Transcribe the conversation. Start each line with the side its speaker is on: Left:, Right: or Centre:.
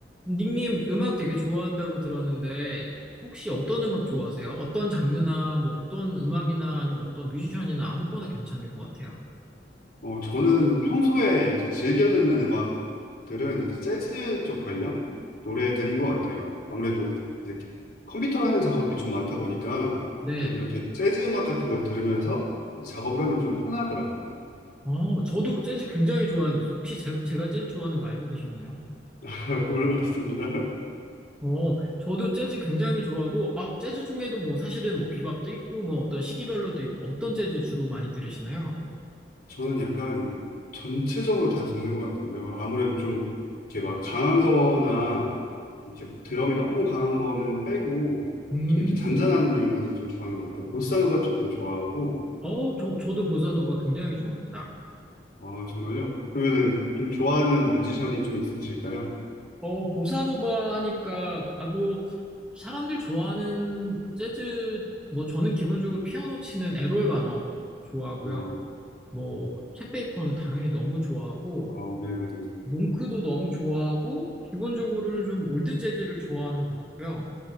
Centre: 닉님 음악 되게 좋아한다고 들었는데 혹시 어떤 음악 좋아하세요? 어떤 장르나 뭐 어떤 음악이나 아니면 어떤 뮤지션이나 아무거나 괜찮을 것 같아요.
Left: 어, 저는 평소에 이제 즐겨 듣는 음악들은 이제 재즈 쪽 관련 노래들인 것 같아요. 아무래도 이제 컴퓨터라는 작업이 좀 많다 보니까
Centre: 네.
Left: 이렇게 그렇게 재즈 음악 같은 걸 들으면서 이제 작업을 하면 좀 편하더라고요. <laughs>
Centre: 어, 저도 재즈 굉장히 좋아하는데 혹시 제, 제가 재즈 좋아하는 거 알고 계셨나요?
Left: 잘 몰랐습니다.
Centre: 어, 저도 재즈 굉장히 좋아하고 아, 재즈 중에도 뭐 사실은 뭐 비밥도 있고 뭐 어떤 시기별로도 있고 어떤 재즈 주로 많이 들으시나요?
Left: 저는 약간 전체적으로 다 듣는 것 같은데요. 아무래도 좀 이렇게 막 강한 거나 이렇게 드럼이 너무 강한 거는 빼고
Centre: 음.
Left: 좀 이렇게 잔잔한 류를 좀 좋아하는 것 같아요. 보사노바 쪽도 좋아하고
Centre: 어, 저, 저도 보사노바 굉장히 좋아합니다.
Left: 아, 정말요? 그러면은 좀 좋아하는 뮤지션이 좀 있으실까요?
Centre: 어, 보사노바 하니까, 아, 뭐, 사람들 좋아하는 재즈, 뭐, 저는 기본적으로 피아노 치는 에롤 가너 좋아하고요.
Left: 어,
Centre: 뭐,
Left: 음.
Centre: 챗 베이커는 당연히 너무 좋아하고,
Left: 아, 네네네.
Centre: 몽크도 너무 좋아하고, 기본적으로는 좀 올드 재즈를 좋아하는 것 같고요.